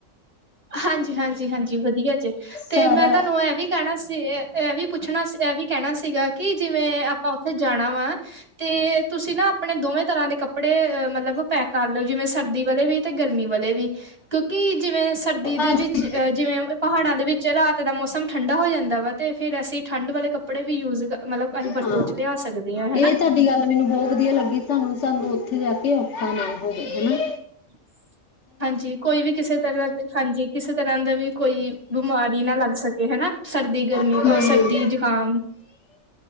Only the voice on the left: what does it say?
ਸਾਰਾ
ਹਾਂਜੀ
ਹਾਂ
ਇਹ ਤੁਹਾਡੀ ਗੱਲ ਮੈਨੂੰ ਬੋ ਵਧੀਆ ਲੱਗੀ। ਸਾਨੂੰ-ਸਾਨੂੰ ਉੱਥੇ ਜਾ ਕੇ ਔਖਾ ਨਾ ਹੋਵੇ ਹੈਨਾ।
ਹੂੰ,